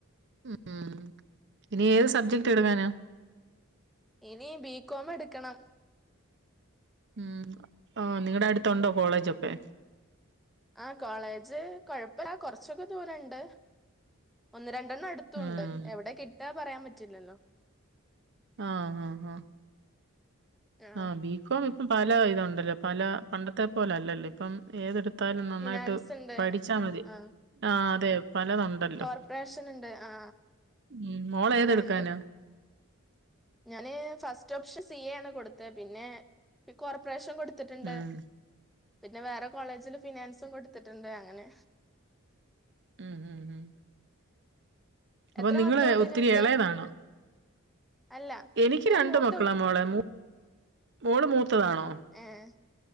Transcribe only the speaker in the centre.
ഇനീ ബികോം എടുക്കണം
ആഹ് കോളേജ് കൊഴപ്പില്ല കൊറച്ചൊക്കെ ദൂരൊണ്ട് ഒന്ന് രണ്ടെണ്ണം അടു ത്തുണ്ട്
എവിടെ കിട്ടുകാ പറയാൻ പറ്റില്ലല്ലോ
ആ
ഫിനാൻസ് ഉണ്ട്
ആ
കോർപ്പറേഷൻ ഉണ്ട് ആ
കൊറേ ഉണ്ട് ഞാന് ഫസ്റ്റ് ഓപ്ഷൻ സി എ ആണ് കൊടുത്തെ പിന്നെ കോർപ്പറേഷൻ കൊടുത്തിട്ടുണ്ട്
പിന്നെ വേറെ കോളേജില് ഫിനാൻസും കൊടുത്തിട്ടുണ്ട് അങ്ങനെ
എത്ര
മക്കളുണ്ട്
ഇങ്ങക്ക്
അല്ല
ഞാൻ
മൂത്ത
ഏഹ്